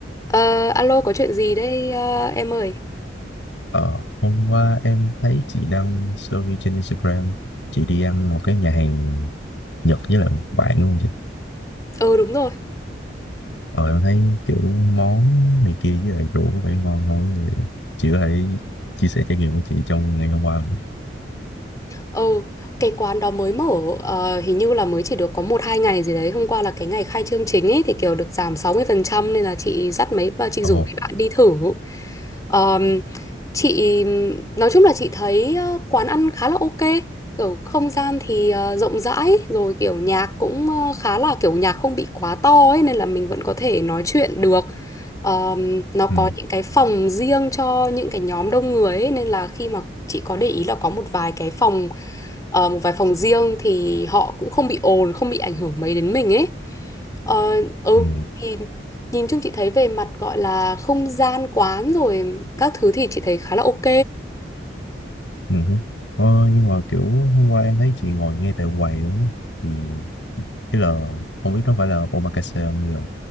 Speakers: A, on the left; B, on the left.
A: Ờ, alo có chuyện gì đây ờ, em ơi?
B: Ờ, hôm qua em thấy chị đăng story trên Instagram chị đi ăn một cái nhà hàng Nhật với lại bạn luôn chị
A: Ừ đúng rồi.
B: ờ em thấy kiểu món này kia với lại rượu có vẻ ngon không Thì chị có thể chia sẻ trải nghiệm của chị trong ngày hôm qua không?
A: Ừ cái quán đó mới mở ờ, hình như là mới chỉ được có một hai ngày gì đấy. Hôm qua là cái ngày khai trương chính ấy thì kiểu được giảm 60% nên là chị dắt mấy và chị
B: ồ
A: rủ mấy bạn đi thử. Ờm, chị nói chung là chị thấy ờ, quán ăn khá là ok. Kiểu không gian thì ờ, rộng rãi rồi kiểu nhạc cũng ờ, khá là kiểu nhạc không bị quá to ấy nên là mình vẫn có thể nói chuyện được. Ờm, nó có
B: ừ
A: những cái phòng riêng cho những cái nhóm đông người ấy, nên là khi mà chị có để ý là có một vài cái phòng ờ, một vài phòng riêng thì họ cũng không bị ồn không bị ảnh hưởng mấy đến mình ấy Ờ, ừ
B: ừ
A: thì nhìn chung chị thấy về mặt gọi là không gian quán rồi các thứ thì chị thấy khá là ok
B: ừ hứ. ờ, nhưng mà kiểu hôm qua em thấy chị ngồi ngay tại quầy đúng không thì tức là không biết nó phải là omakase không hay là